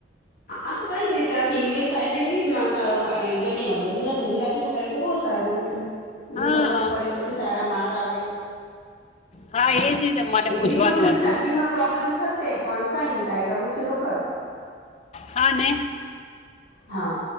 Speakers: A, on the left (about 55°); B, on the left (about 35°).
A: આ તો કઈ દીધી તાર ઇંગ્લિશ થાય તો ઇંગ્લિશમાં કરવા ગુજરાતીમાં થાય તો ગુજરાતીમાં ગુજરાતી માં કરે તો બો સારું એમ બધું
B: હા
A: સમજ પડે પછી સારા માર્ક આવે
B: હા એ જ મને
A: ઇંગ્લિશમાં
B: પૂછવાનું
A: થોડી
B: હતું
A: સ્ટાર્ટિંગમાં પ્રોબ્લેમ થશે પણ કઈ ની તારે કરવું છે તો કર
B: હાને
A: હા